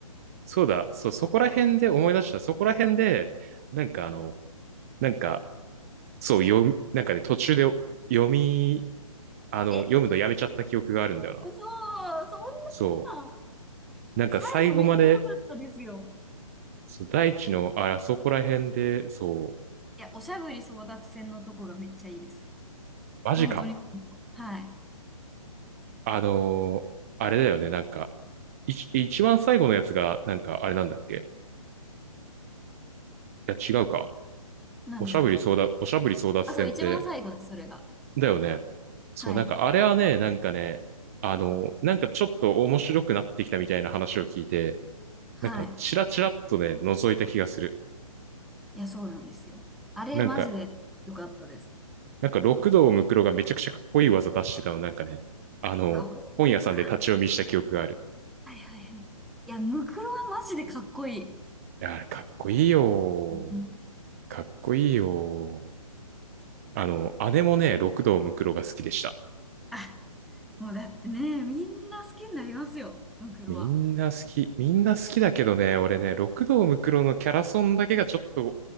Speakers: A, on the right; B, in the centre.
A: そうだ、そう、そこら辺で思い出した。
B: そうそう
A: そこら辺で、なんかあの、なんか、そう、読み、なんかね、途中で読み、あの、
B: え、
A: 読むのやめちゃった記憶があるんだよな。
B: そう、そ
A: そ
B: んな、
A: う。なんか最後まで、
B: 最後めっちゃ良かったですよ。
A: そう、大地の、あそこら辺で、そう、
B: いや、おしゃぶり争奪戦のとこがめっちゃいいです。
A: マジか。
B: 本当にそうはい。
A: あのーあれだよね、なんか、一、一番最後のやつが、なんか、あれなんだっけいや、違うか。
B: 何ですか
A: おしゃぶり争奪、おしゃぶり争奪戦って、
B: あ、そう、一番最後です、それが。
A: だよね。そう、
B: はい。
A: なんかあれはね、なんかね、あの、なんかちょっと面白くなってきたみたいな話を聞いて、
B: はい。
A: なんかチラチラっとね、覗いた気がする。
B: いや、そうなんですよ。あれ、
A: なんか、
B: マジで良かったです。
A: なんか六道ムクロがめちゃくちゃかっこいい技出してたの、なんかね、あの、
B: うわ、覚えてないな。
A: 本屋さんで立ち読みした記憶がある。
B: はいはいはい。いや、ムクロはマジでかっこいい。
A: いやあれかっこいいよ。
B: うん。
A: かっこいいよ。あの、姉もね、六道ムクロが好きでした。
B: あ、もうだってね、みんな好きになりますよ、ムクロは。
A: みんな好き。みんな好きだけどね、俺ね、六道ムクロのキャラソンだけがちょっと